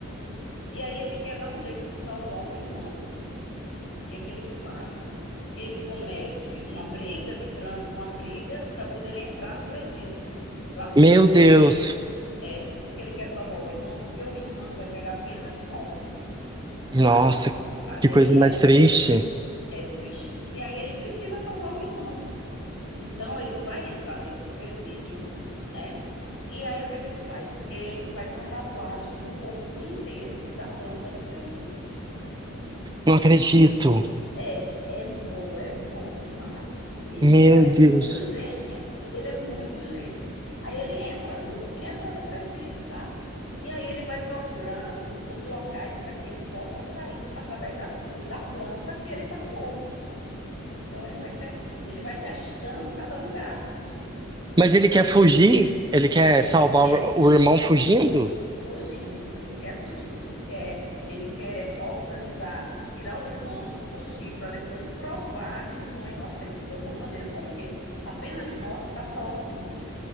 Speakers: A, on the left (about 65°); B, on the right (about 20°).
A: E aí ele quer dar um jeito de salvar o irmão. O que que ele faz? Ele comete uma briga de trânsito, uma briga para poder ele entrar no presídio, para poder
B: Meu
A: conseguir,
B: Deus.
A: é, porque ele quer salvar o irmão, porque o irmão vai pegar pena de morte,
B: Nossa,
A: sabe? Cadeira
B: que coisa
A: elétrica,
B: mais triste.
A: aquela coisa. toda. É triste. E aí ele precisa salvar o irmão. Então ele vai entrar nesse presídio, né? E aí o que é que ele faz? Ele faz uma tatuagem no corpo inteiro da planta do presídio.
B: Não acredito.
A: É, é bom, é bom demais, que
B: Meu
A: ele é muito
B: Deus.
A: gênio, ele é muito gênio. Aí ele entra, viu? Entra no presídio, tá? E aí ele vai procurando os locais para que ele possa sair através das, da planta que ele tatuou. Então ele vai ter, ele vai testando cada lugar para
B: Mas
A: poder,
B: ele quer fugir? Ele quer
A: ele,
B: salvar
A: que- ele
B: o o irmão fugindo?
A: fugindo, ele quer fugir, ele quer, ele quer organizar, tirar o irmão, fugir para depois provar que o irmão é inocente de alguma maneira, porque a pena de morte está próxima